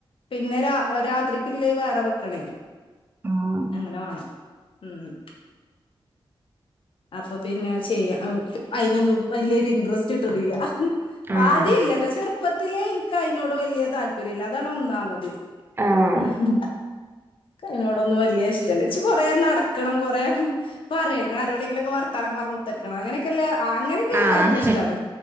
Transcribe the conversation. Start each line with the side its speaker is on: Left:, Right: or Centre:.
Left: പിന്നെ രാ രാത്രിക്കില്ലേ വേറെ വെക്കണേ
Right: ആഹ്
Left: അങ്ങനെ വാണം മ്മ് അപ്പോ പിന്നെ ചെയ്യ അയിനൊന്നും വല്യൊരു ഇന്ട്രസ്റ്റ് കിട്ടുന്നില്ല
Right: ആഹ്
Left: ആദ്യേല്ലട്ടോ ചെർപ്പ ത്തിലേ ഇന്ക്കയ്നോട് വല്യ താല്പര്യല്ല അതാണ് ഒന്നാമത്
Right: ആഹ്
Left: ഉ <unintelligible> ഇന്ക്കയ്നനോടൊന്നും വലിയ ഇഷ്ടല്ല ചച്ചി കൊറേ നടക്കണം കൊറേ പറയണം ആരോടെ ന്തെങ്കിലൊക്കെ വർത്തമാനം പറഞ്ഞുകത്തർക്കണം അങ്ങനെക്കെല്ലേ അത് അങ്ങനൊക്കെ
Right: ആഹ്
Left: ഭയങ്കരഷ്ടാണ്